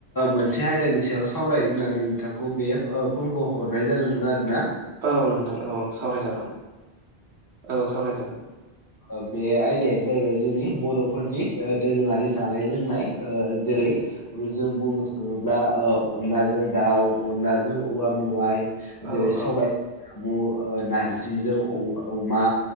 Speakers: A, on the left; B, on the right.
A: मोनसे आयदानि सायाव सावरायनो होननानै नोंथांखौ बे फनखौ हरनाय जादोंमोन आरो ना।
B: औ नोंथां औ सावरायजागोन औ सावरायजागोन।
A: ओ बे आयदायानो जाहैबाय जोंनि बर'फोरनि ओ दोरोङारि जानाय लोंनाय ओ जेरै जों बुंनो थाङोब्ला ओ अनलाजों दाउ अनलाजों औवा मेवाइ
B: औ
A: जेरै
B: औ
A: सबाय सामु ओ नारजिजों अ-अमा